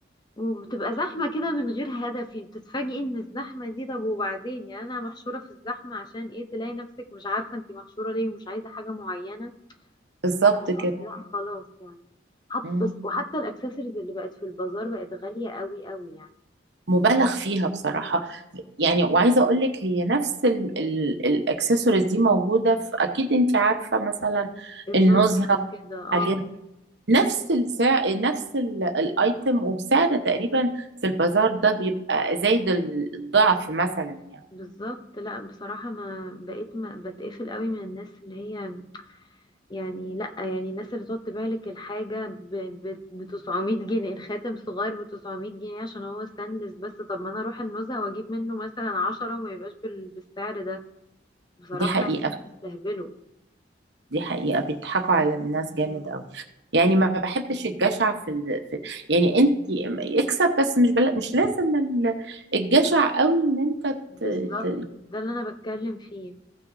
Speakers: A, on the left (about 25°); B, on the right (about 65°).
A: وبتبقى زحمة كده من غير هدف يعني بتتفاجئي ان الزحمة دي طب وبعدين يعني انا محشورة في الزحمة عشان ايه تلاقي نفسك مش عارفة انتي محشورة ليه ومش عايزة حاجة معينة
B: بالظبط
A: ف-
B: كده
A: لا خلاص يعني حط
B: مم.
A: بس وحتى الاكسسوارز اللي بقت في البازار بقت غالية قوي قوي يعني
B: مبالغ فيها بصراحة
A: مم.
B: يعني وعايزة اقول لك هي نفس الاكسسوارز دي موجودة في اكيد انت عارفة مثلا
A: النزهة
B: النزهة
A: وكده اه
B: والحاجات نفس السعر نفس الايتم وسعر تقريبا في البازار ده بيبقى زايد الضعف مثلا يعني
A: بالظبط لا بصراحة ما بقيت ما بتقفل قوي من الناس اللي هي يعني لا يعني الناس اللي تحط بالك الحاجة ب ب- بتسعمية جنيه الخاتم صغير بتسعمية جنيه عشان هو ستانلس بس طب ما انا اروح النزهة واجيب منه مثلا عشرة وما يبقاش بال- بالسعر ده بصراحة
B: دي حقيقة
A: يعني <laughs> بيستهبلوا
B: دي حقيقة بيضحكوا على الناس جامد
A: مم.
B: قوي يعني ما بحبش الجشع في, ال... في يعني انت اكسب بس مش بل... مش لازم ال- الجشع قوي ان انت
A: بالظبط
B: ت... ت...
A: ده اللي انا بتكلم فيه